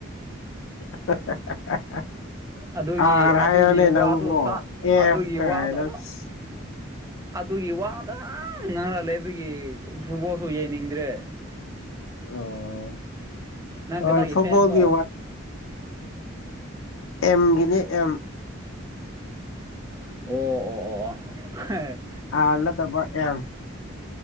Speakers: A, on the left; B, on the right.
A: <unintelligible>
B: ꯑꯗꯨꯒꯤ
A: ꯑꯔꯥꯏꯅꯦ
B: ꯑꯗꯨꯒꯤ ꯋꯥꯗꯨ
A: ꯅꯧꯃꯣ ꯑꯦꯐ
B: ꯑꯗꯨꯒꯤ
A: ꯀꯥꯏꯔꯁ
B: ꯋꯥꯗꯣ ꯑꯗꯨꯒꯤ ꯋꯥꯗ ꯉꯥꯡꯔ ꯂꯩꯕꯒꯤ ꯐꯨꯠꯕꯣꯜꯁꯨ ꯌꯥꯡꯅꯤꯡꯗ꯭ꯔꯦ
A: ꯑꯣ
B: ꯅꯪꯒ
A: ꯍꯣꯏ
B: ꯅꯒꯤ
A: ꯐꯨꯠꯕꯣꯜꯒꯤ
B: ꯐꯦꯟꯁꯅꯣ
A: ꯑꯦꯝꯒꯤꯅꯦ ꯑꯦꯝ
B: ꯑꯣ ꯑꯣ ꯑꯣ ꯑꯣ
A: ꯑꯥꯔꯂꯗꯕ ꯑ